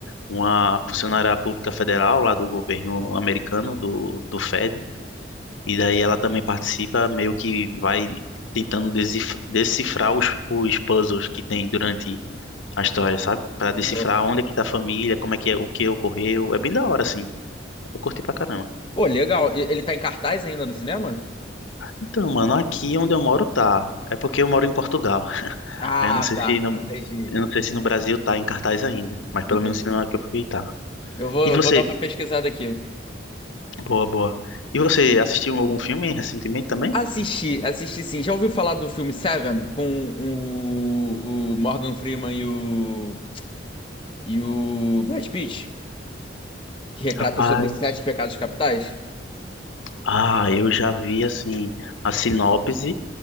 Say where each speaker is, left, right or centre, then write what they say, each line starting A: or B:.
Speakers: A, on the left; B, on the left.
A: uma funcionária pública federal lá do governo americano, do, do Fed, e daí ela também participa, meio que vai tentando desif- decifrar os, os puzzles que tem durante a história, sabe? Para decifrar
B: Ó.
A: onde é que tá a família, como é que é, o que ocorreu. É bem da hora, assim. Eu curti pra caramba.
B: Pô, legal. E- Ele tá em cartaz ainda no cinema?
A: Então, mano, aqui onde eu moro tá. É porque eu moro em Portugal.
B: Ah,
A: Aí Eu não sei
B: tá.
A: se no,
B: Entendi.
A: eu não sei se no Brasil tá em cartaz ainda, mas pelo
B: Entendi.
A: menos no cinema que eu fui tá.
B: Eu vou,
A: E
B: eu
A: você,
B: vou dar uma pesquisada aqui.
A: boa, boa. E você assistiu algum filme recentemente também?
B: Assisti, assisti sim. Já ouviu falar do filme Seven com o, o Morgan Freeman e o, e o Brad Pitt? Que retrata
A: Rapaz,
B: sobre os sete pecados capitais?
A: ah, eu já vi assim a sinopse,